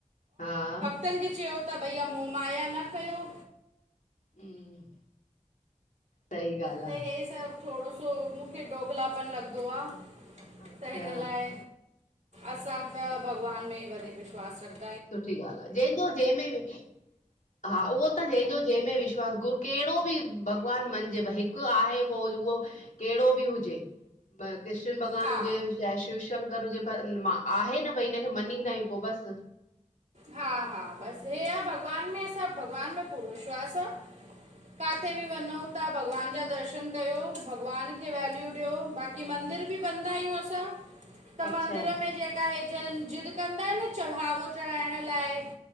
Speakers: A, on the left (about 90°); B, on the right (about 65°).
A: हा
B: तनि खे चयो ता, भई मोह- माया न कयो।
A: हम्म। सही ॻाल्हि
B: त
A: आ
B: हे सभु थोड़ो सो मूंखे दोगलापन लॻदो आ। त
A: अच्छा
B: हिनि लाए असां त भॻवानु में ई वधीक विश्वासु रख
A: सुठी ॻाल्हि आ। जंहिंजो- जंहिंमें हा उहो त जंहिंजो जंहिंमें विश्वास गुर केहिड़ो भी भॻवानु मञिजे, भई हिकु आहे पो उहो केहिड़ो बि हुजे, भ कृष्ण भॻवानु
B: हा
A: हुजे। चाहे शिव -शंकर हुजे पर मां आहे न भई हिनखे मञीदा आहियूं, पोइ बसि
B: हा-हा बसि हे आ। भॻवानु में सभु भॻवानु में पूरो विश्वासु आ। काथे बि वञऊं ता, भॻवानु जा दर्शनु दर्शन कयो, भॻवानु खे वैल्यू ॾियो। बाक़ी मंदिर भी वेनदा आहियूं असां। त
A: अच्छा।
B: मंदिर में जेका हे ज ज़िद कंदा आहिन न चढ़ावो कराइणु लाए-